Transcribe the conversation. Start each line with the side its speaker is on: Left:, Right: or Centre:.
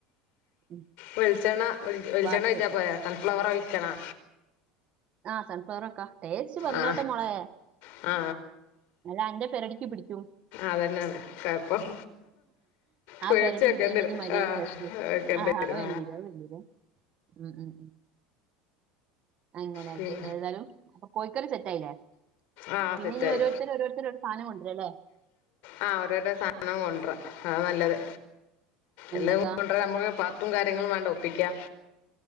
Right: ഉം
Left: വെൾച്ചണ്ണ വെൾ വെൾച്ചണ്ണ
Right: വാട്ടി
Left: ഒഴിച്ചാ
Right: വെക്ക
Left: പോരെ സൺഫ്ലവർ ഒഴിക്കണോ
Right: ആ സൺഫ്ലവറ ആക്കാ ടെസ്റ്റ് വന്നോട്ടെ
Left: ആ
Right: മോളെ
Left: ആ
Right: അല്ല അന്റെ പെരടിക്ക് പിടിക്കും
Left: അതന്നെണ് കഴപ്പം പേട്ച്
Right: പെരടി
Left: വെക്കേണ്ടി
Right: പിടിക്കണ്ടെങ്കിൽ
Left: വരും
Right: മര്യാദക്ക്
Left: ആ
Right: ടേസ്റ്റ് വെക്കും
Left: വെക്കേണ്ടി
Right: ആ ആ
Left: വരും
Right: അത് വേണ്ടിയരും അത് വേണ്ടിയരും ഉം ഉം അങ്ങനായിട്ട്
Left: പിന്നെ
Right: ഏതാലും കോഴിക്കറി സെറ്റായി ലെ
Left: ആ
Right: പിന്നെ
Left: സെറ്റായി
Right: ഇഞ് ഒരു ത്തര് ഓരോര്ത്തര് ഒരു സാനം കൊണ്ട്രാ ലെ
Left: ആ ഓരോരോ സാനം കൊണ്ട്രാ അതാ നല്ലത്
Right: എന്തൊക്കെ
Left: എല്ല കൊണ്ട്രാ നമ്മള് പാ ട്ടും കാര്യങ്ങളും വേണ്ട ഒപ്പിക്കാ